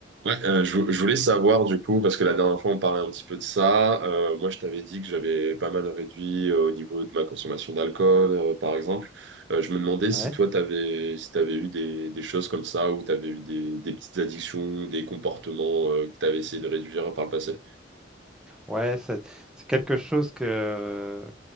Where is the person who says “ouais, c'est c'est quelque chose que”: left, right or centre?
Centre